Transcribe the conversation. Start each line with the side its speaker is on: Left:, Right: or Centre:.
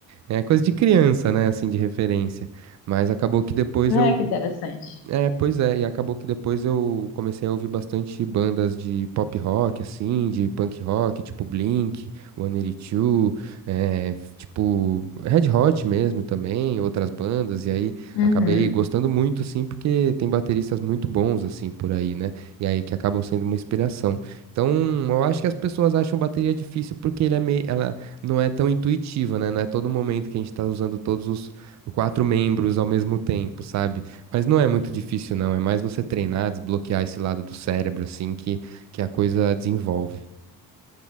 Right: É coisa de criança, né, assim, de referência. Mas acabou que depois
Left: É,
Right: eu
Left: que interessante.
Right: é, pois é, e acabou que depois eu comecei a ouvir bastante bandas de pop rock, assim, de punk rock, tipo Blink, One Two, é, f- tipo Red Hot mesmo também, outras bandas, e aí
Left: Uhum,
Right: acabei gostando muito, assim, porque tem bateristas muito bons, assim, por aí, né? E aí que acabam sendo uma inspiração. Então, eu acho que as pessoas acham bateria difícil porque ele é meio, ela não é tão intuitiva, né? Não é todo momento que a gente tá usando todos os quatro membros ao mesmo tempo, sabe? Mas não é muito difícil, não. É mais você treinar, desbloquear esse lado do cérebro, assim, que, que a coisa desenvolve.